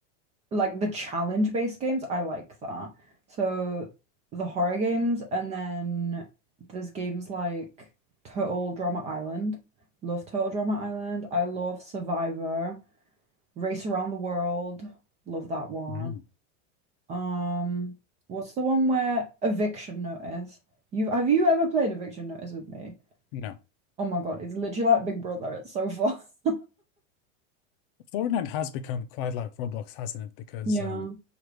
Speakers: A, on the right (about 20°); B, on the left (about 45°).
A: like the challenge based games, I like that. So the horror games, and then there's games like Total Drama Island. Love Total Drama Island. I love Survivor. Race Around the World. Love that one.
B: Mm.
A: Um, what's the one where Eviction Notice? You have you ever played Eviction Notice with me?
B: No.
A: Oh my God, it's literally like Big Brother. It's so fun. <laughs>
B: Fortnite has become quite like Roblox, hasn't it? Because
A: Yeah.
B: um,